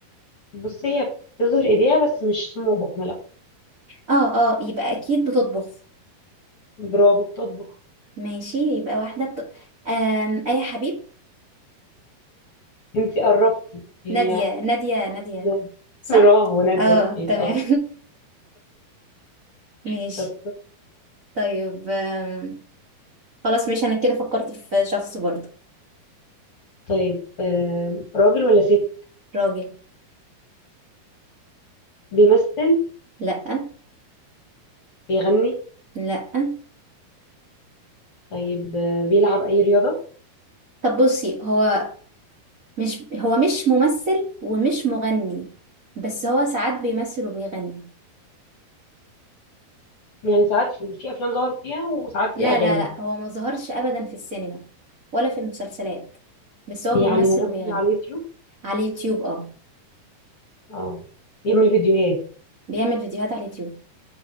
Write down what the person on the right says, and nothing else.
اه اه يبقى أكيد بتطبخ
ماشي يبقى واحدة بت... أم... أي حبيب
نادية نادية نادية
صح
اه
تمام
<laughs> ماشي
طيب آم، خلاص ماشي انا كده فكرت في شخص برضه
راجل
لا
لا
طب بصي هو مش هو مش ممثل ومش مغني بس هو ساعات بيمثل وبيغني
لا
لا لا هو ما ظهرش ابدا في السينما ولا في المسلسلات بس هو
بيمثل
وبيغني
على اليوتيوب اه
بيعمل فيديوهات على اليوتيوب